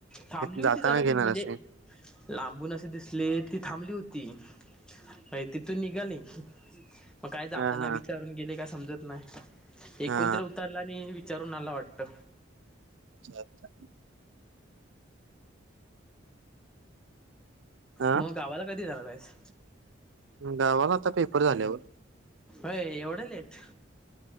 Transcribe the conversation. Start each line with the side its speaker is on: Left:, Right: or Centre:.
Centre: थांबली होती
Right: जाताना
Centre: जरा
Right: घेणार
Centre: तिरी म्हणजे
Right: असे
Centre: लांबून अशी दिसली ती थांबली होती. म्हणजे तिथुन निघाली. मग काय जाताना
Right: हा हा
Centre: विचारून गेले काय समजत नाही. एक
Right: हा
Centre: कोणतरी उतारला आणि विचारून आला वाटतं.
Right: अच्छा अच्छा. हा
Centre: मग गावाला कधी जाणार आहेस?
Right: गावाला आता पेपर झाल्यावर.
Centre: अय एवढं लेट